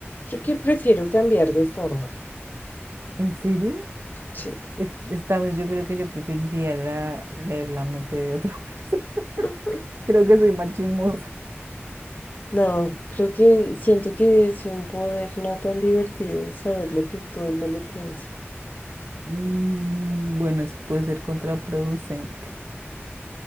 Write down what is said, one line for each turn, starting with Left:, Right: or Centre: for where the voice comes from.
Left: creo que prefiero cambiar de forma.
Right: ¿En serio?
Left: Sí.
Right: Es- Esta vez yo creo que yo preferiría la- leer la mente de otra <laughs> persona.
Left: <clears throat>
Right: Creo que soy machismo
Left: No, creo que siento que es un poder no tan divertido saber lo que todo el mundo piensa.
Right: Mm, Bueno, eso puede ser contraproducente,